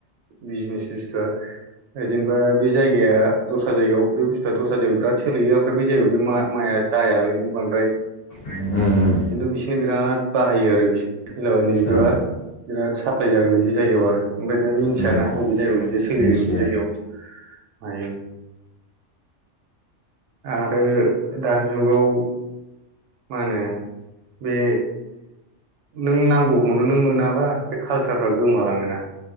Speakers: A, on the right; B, on the left.
A: बिजनेस बुस्थुआ जेनेबा बे जायगाया दस्रा जायगायाव बे बुस्थुआ दस्रा जायगायाव बिराद सोलियो ओमफ्राय बे जायगायाव बे माइया जायालायनो बांद्राय।
B: उम उम
A: खिन्थु बिसोरनो बिराद बाहायो आरो बिस <unintelligible> नो बिदिबा
B: औ
A: बिराद साप्लाय जागोन बिदि जायगायाव आरो ओमफ्राय दा मिथियाना
B: उम
A: अबे जायगायाव बिदि सोलियो
B: मिथिया
A: अबे जायगायाव हायो आरो दानि जुगाव मा होनो बे नों नांगौखौनो नों मोनाबा बे कालसारफ्रा गोमालाङोना